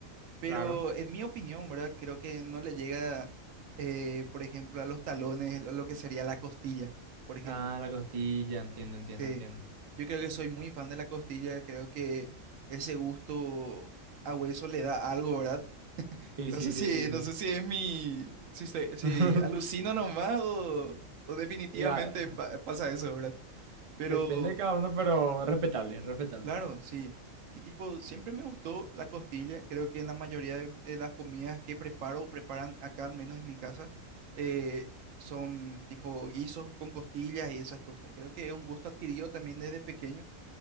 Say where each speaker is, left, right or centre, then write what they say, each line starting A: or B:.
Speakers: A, on the right (about 75°); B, on the right (about 55°).
A: pero
B: claro.
A: en mi opinión, ¿verdad? Creo que no le llega, eh, por ejemplo, a los talones lo lo que sería la costilla, por ejemplo.
B: Ah, la costilla, entiendo, entiendo,
A: Sí,
B: entiendo.
A: yo creo que soy muy fan de la costilla, creo que ese gusto a hueso le da algo, ¿verdad? <laughs>
B: Sí,
A: No
B: sí,
A: sé
B: sí,
A: si,
B: sí, sí.
A: no sé si es mi, si, estoy- si
B: <laughs>
A: alucino nomás o, o definitivamente
B: Ya,
A: pa- pasa eso, ¿verdad? Pero
B: depende de cada uno, pero respetable, respetable.
A: claro, sí. Y tipo, siempre me gustó la costilla. Creo que en la mayoría de, de las comidas que preparo o preparan acá, al menos en mi casa, eh, son tipo guisos con costillas y esas cosas. Creo que es un gusto adquirido también desde pequeño.